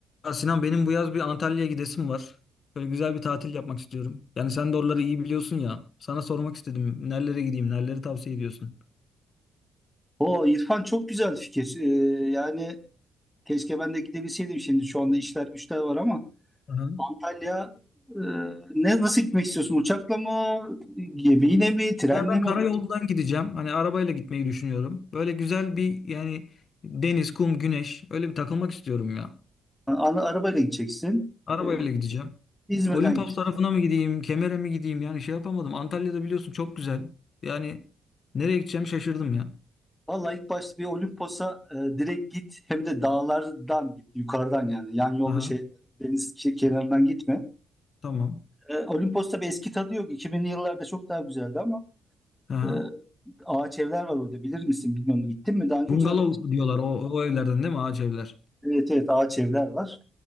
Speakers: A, on the left; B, in the centre.
A: Ya Sinan benim bu yaz bir Antalya'ya gidesim var. Böyle güzel bir tatil yapmak istiyorum. Yani sen de oraları iyi biliyorsun ya. Sana sormak istedim. Nerelere gideyim? Nereleri tavsiye ediyorsun?
B: O İrfan çok güzel fikir. Ee, yani keşke ben de gidebilseydim şimdi. Şu anda işler güçler var ama
A: Aha.
B: Antalya e, ne nasıl gitmek istiyorsun? Uçakla mı, gemiyle mi, trenle
A: Ya ben
B: mi?
A: karayolundan gideceğim. Hani arabayla gitmeyi düşünüyorum. Böyle güzel bir yani deniz, kum, güneş. Öyle bir takılmak istiyorum ya.
B: Ana, arabayla gideceksin.
A: Arabayla
B: Ee,
A: gideceğim.
B: İzmir'den
A: Olimpos
B: gideceksin.
A: tarafına mı gideyim? Kemer'e mi gideyim? Yani şey yapamadım. Antalya'da biliyorsun çok güzel. Yani nereye gideceğim şaşırdım ya.
B: Vallahi ilk başta bir Olimpos'a e, direkt git. Hem de dağlardan git. Yukarıdan yani. Yan yolda
A: Aha,
B: şey deniz ke- kenarından gitme.
A: tamam.
B: Ee, Olimpos'ta bir eski tadı yok. 2000'li yıllarda çok daha güzeldi ama
A: Aha.
B: e, ağaç evler var orada. Bilir misin bilmiyorum. Gittin mi daha önce
A: Bungalov
B: yoksa
A: diyorlar o, o evlerden değil mi? Ağaç evler.
B: Evet evet ağaç evler var.